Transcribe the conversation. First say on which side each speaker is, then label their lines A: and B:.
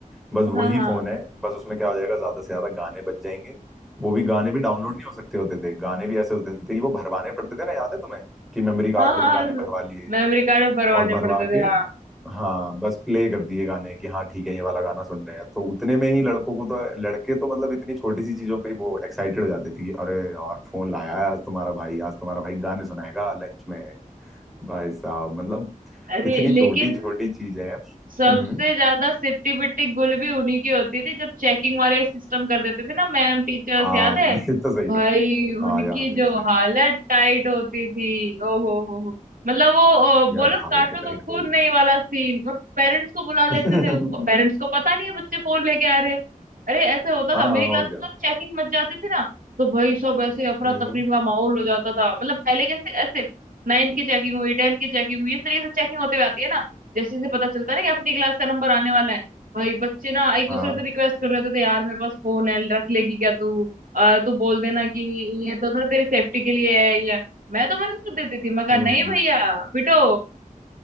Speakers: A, in the centre; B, on the right.
A: बस
B: हाँ
A: वही
B: हाँ
A: फोन है बस उसमें क्या हो जाएगा ज्यादा से ज्यादा गाने बज जाएंगे वो भी गाने भी डाउनलोड नहीं हो सकते होते थे गाने भी ऐसे होते थे कि वो भरवाने पड़ते थे ना याद है तुम्हें कि मेमोरी कार्ड
B: हाँ हाँ
A: में गाने भरवा लिए
B: मेमोरी कार्ड में भरवाने
A: और भरवा
B: पड़ते थे
A: के
B: हाँ
A: हाँ बस प्ले कर दिए गाने कि हाँ ठीक है ये वाला गाना सुन रहे हैं तो उतने में ही लड़कों को तो लड़के तो मतलब इतनी छोटी सी चीजों पे ही वो एक्साइटेड हो जाते थे कि अरे यार फोन लाया है आज तुम्हारा भाई आज तुम्हारा भाई गाने सुनाएगा लंच में भाई साहब मतलब
B: अरे
A: इतनी
B: लेकिन
A: छोटी छोटी चीजें हैं
B: सबसे
A: हम्म
B: ज्यादा सिट्टी पिट्टी गुल भी उन्हीं की होती थी जब चेकिंग वाले सिस्टम कर देते थे ना मैम टीचर्स
A: हाँ
B: याद है
A: ये तो सही
B: भाई
A: कह रहे हो।
B: उनकी
A: हाँ याद है
B: जो
A: याद है
B: हालत टाइट होती थी ओ हो हो हो मतलब वो अ,
A: यार
B: बोलो
A: हालत
B: काटो
A: तो टाइट
B: तो खून
A: हो गई
B: नहीं वाला सीन और पेरेंट्स को बुला लेते
A: <laughs>
B: थे पेरेंट्स को पता नहीं है बच्चे फोन लेके आ रहे हैं। अरे ऐसे होता
A: हाँ
B: था मेरी क्लास
A: और क्या
B: में तो चेकिंग मच जाती थी ना तो भाई सब ऐसे अफरा
A: हम्म
B: तफरी का माहौल हो जाता था मतलब पहले कैसे ऐसे नाइन्थ की चेकिंग हुई टेंथ की चेकिंग हुई इस तरीके से चेकिंग होते हुए आती है ना जैसे जैसे पता चलता है ना कि अपनी क्लास का नंबर आने वाला है भाई बच्चे ना एक
A: हाँ
B: दूसरे से रिक्वेस्ट कर रहे होते थे यार मेरे पास फोन है रख लेगी क्या तू अ, तू बोल देना कि ये तो ना तेरी सेफ्टी के लिए है ये है।" मैं तो मना कर देती थी मैं कहा
A: हम्म
B: नहीं भैया पिटो